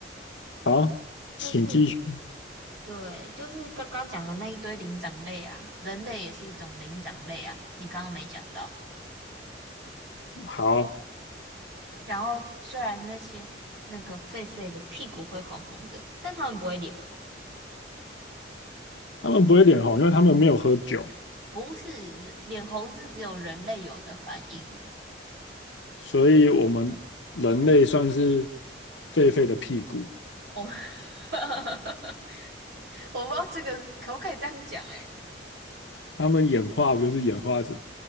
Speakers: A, on the left; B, on the right.
A: 好，
B: 就是
A: 请继续。
B: 对，就是刚刚讲的那一堆灵长类啊，人类也是一种灵长类啊，你刚刚没讲到。
A: 好。
B: 然后虽然那些那个狒狒的屁股会红红的，但他们不会脸红，
A: 他们不会脸红，因为他们没有喝酒，
B: 不是人脸红是只有人类有的反应。
A: 所以我们人类算是狒狒的屁股。
B: 我们 <laughs> 我不知道这个可不可以这样讲、欸，
A: 他们演化不就是演化成